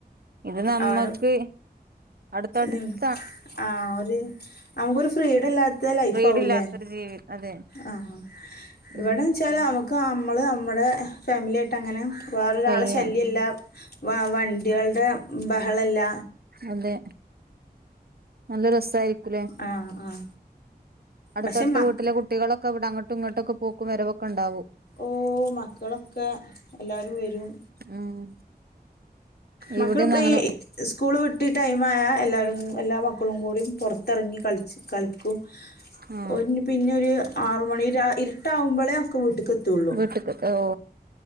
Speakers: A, on the right; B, on the left.
A: ഇത് നമ്മുക്ക്
B: അവിടെ
A: അടുത്തടുത്ത്
B: ഉം ആ ഒര് നമുക്കൊരു ഫ്രീഡം ഇല്ലാത്ത ലൈഫ്
A: ഫ്രീഡം
B: ആവൂലേ
A: ഇല്ലാത്തൊരു ജീവി അതെ
B: ആ ഇവിടെ
A: ഉം
B: വെച്ചാല് നമുക്ക് നമ്മള് നമ്മടെ ഫാമിലി ആയിട്ടങ്ങനെ വേറൊരാളെ
A: വയ്യ
B: ശല്യല്ല വ വണ്ടികളുടെ ബഹളല്ല
A: അതെ നല്ല രസയിരിക്കൂല്ലേ
B: ആ ആ
A: അടുത്തടുത്ത
B: പക്ഷെ മക്ക്
A: വീട്ടിലെ കുട്ടികളൊക്കെ ഇവിടെ അങ്ങോട്ടും ഇങ്ങോട്ടൊക്കെ- പൂക്കുവരവ് വൊക്കെണ്ടാവും
B: ഓ മക്കളൊക്കെ എല്ലാരും വരും
A: ഉം
B: മക്കള്
A: ഇവിടെന്ന്
B: പോയി
A: അങ്ങനെ
B: സ്കൂൾ വി ട്ട് ടൈമായ എല്ലാവരും എല്ലാ മക്കളും കൂടിയും പുറത്തിറങ്ങി കളിച്ച് കളിക്കും
A: ആ
B: ഓര് പിന്നെ ഒരു ആറു മണി ഇരുട്ടാവുമ്പോളേ ഒക്കെ വീട്ട്ക്ക് എത്തുള്ളു
A: വീട്ടക്ക് ഓ